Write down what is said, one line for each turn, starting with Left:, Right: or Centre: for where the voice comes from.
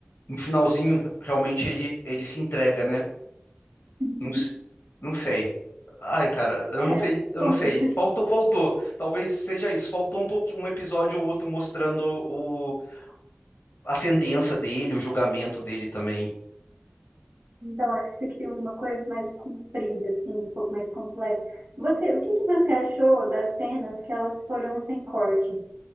Left: no finalzinho realmente ele ele se entrega, né?
Right: Uhum.
Left: Não, s- não sei. Ai, cara, eu
Right: É,
Left: não sei, eu
Right: bom,
Left: não sei. Faltou, faltou. Talvez seja isso. Faltou um pouquinho, um episódio ou outro mostrando o, a sentença dele, o julgamento dele também.
Right: <laughs> então acho que você queria uma coisa mais comprida, assim, um pouco mais completa. Você, o que que você achou das cenas que elas foram sem corte?